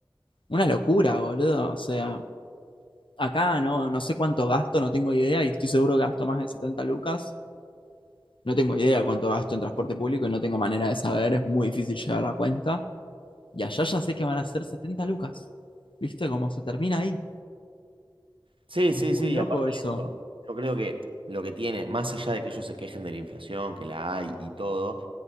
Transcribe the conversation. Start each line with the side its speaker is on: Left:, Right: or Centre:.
Left: Una locura, boludo. O sea, acá no, no sé cuánto gasto, no tengo idea, y estoy seguro que gasto más de 70 lucas. No tengo idea cuánto gasto en transporte público y no tengo manera de saber, es muy difícil llevar la cuenta. Y allá ya sé que van a ser 70 lucas. ¿Viste cómo se termina ahí?
Right: Sí,
Left: Es
Right: sí,
Left: muy
Right: sí,
Left: loco
Right: y aparte
Left: eso.
Right: de eso, yo creo que lo que tiene, más allá de que ellos se quejen de la inflación, que la hay y todo,